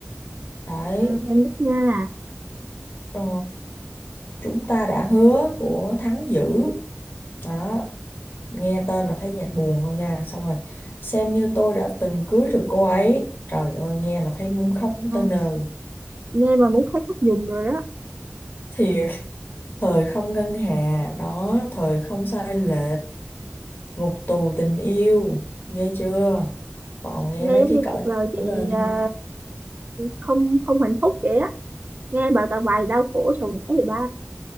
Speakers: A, on the left; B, on the right.
A: đấy
B: Ừ, Em biết nha,
A: ờ, chúng ta đã hứa của Thắng Dữ đó nghe tên là thấy nhạc buồn không nha xong rồi xem như tôi đã từng cưới được cô ấy trời ơi nghe là thấy muốn khóc
B: ừ.
A: tới nơi
B: nghe mà muốn thấy khóc dùng rồi đó.
A: thiệt thời không ngân hà đó thời không sai lệch ngục tù tình yêu ghê chưa toàn nghe
B: Nghe
A: mấy
B: giống
A: cái
B: như
A: cỡ
B: cuộc đời
A: đó
B: chị
A: trở lên
B: à,
A: không
B: không không hạnh phúc vậy á. Nghe bài toàn bài đau khổ sầu não vậy ba.